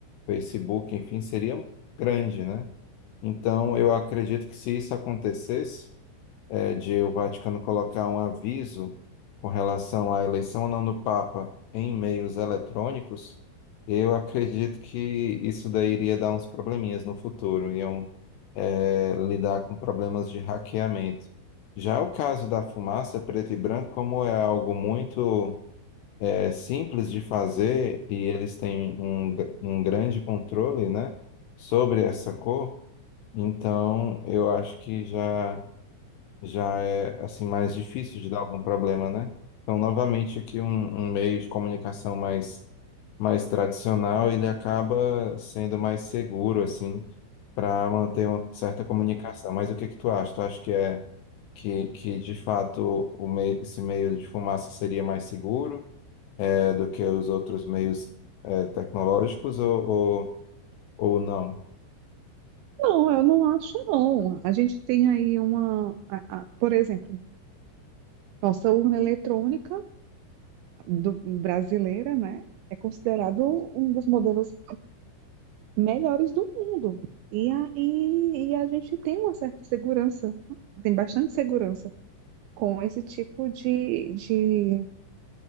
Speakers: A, on the left; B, on the right.
A: Facebook, enfim, seria grande, né? Então, eu acredito que se isso acontecesse, é, de o Vaticano colocar um aviso com relação à eleição ou não do Papa em meios eletrônicos, eu acredito que isso daí iria dar uns probleminhas no futuro, iam, é, lidar com problemas de hackeamento. Já o caso da fumaça preto e branco, como é algo muito, é, simples de fazer e eles têm um, um grande controle, né, sobre essa cor. Então, eu acho que já já é assim mais difícil de dar algum problema, né? Então, novamente aqui um, um meio de comunicação mais mais tradicional, ele acaba sendo mais seguro assim para manter uma certa comunicação. Mas o que que tu acha? Tu acha que é que, que de fato o meio, esse meio de fumaça seria mais seguro é, do que os outros meios é, tecnológicos ou, ou, ou não?
B: Não, eu não acho, não. A gente tem aí uma, a- a- por exemplo, nossa urna eletrônica do- brasileira, né? É considerado um dos modelos melhores do mundo. E a, e, e a gente tem uma certa segurança, tem bastante segurança com esse tipo de, de